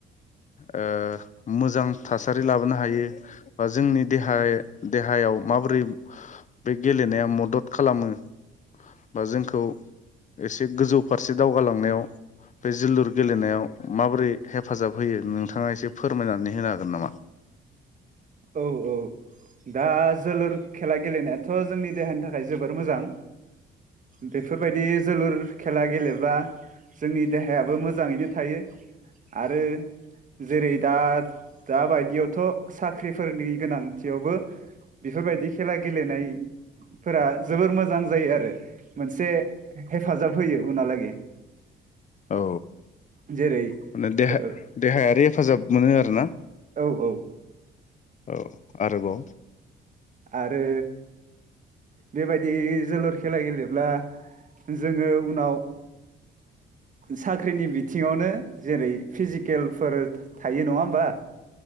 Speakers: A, on the left; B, on the right.
A: ओ मोजां थासारि लाबोनो हायो बा जोंनि देहा-देहायाव माबोरै बे गेलेनाया मदद खालामो? बा जोंखौ एसे गोजौ फारसे दावगालांनायाव बे जोलुर गेलेनायाव माबोरै हेफाजाब होयो नोंथाङा एसे फोरमायनानै होनो हागोन नामा?
B: औ औ दा जोलुर खेला गेलेनायाथ' जोंनि देहानि थाखाय जोबोर मोजां बेफोरबायदि जोलुर खेला गेलेबा जोंनि देहायाबो मोजाङैनो थायो। आरो जेरै दा दाबायदियावथ' सा ख्रिफोरनि गोनांथियावबो बेफोरबायदि खेला गेलेनायफोरा जोबोर मोजां जायो आरो मोनस से हेफाजाब होयो उनावलागै
A: औ
B: जेरै
A: माने देहा
B: ओ
A: देहायारि हेफाजाब मोनो आरो ना।
B: औ औ।
A: औ आरोबाव
B: आरो बेबायदि जोलुर खेला गेलेब्ला जोङो उनाव साख्रिनि बिथिङावनो जेरै फिजिकेलफोर थायो नङा होमबा?